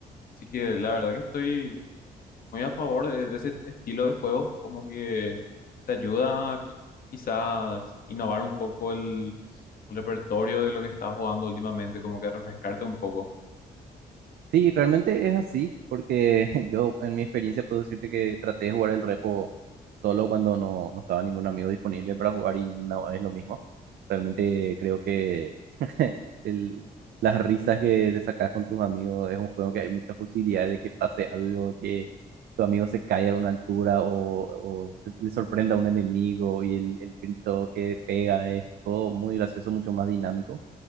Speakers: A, on the left; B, on the right.
A: Así que la verdad que estoy muy a favor de, de ese estilo de juego, como que te ayuda a qui- quizás innovar un poco el el repertorio de lo que estás jugando últimamente, como que refrescarte un poco.
B: Sí, realmente es así, porque <laughs> yo en mi experiencia puedo decirte que traté de jugar el repo solo cuando no, no estaba ningún amigo disponible para jugar y no es lo mismo. Realmente creo que <laughs> el- las risas que te sacas con tus amigos es un juego que hay muchas posibilidades de que pase algo, que tu amigo se caiga a una altura o, o se- le sorprenda a un enemigo y el, el grito que pega es todo muy gracioso, mucho más dinámico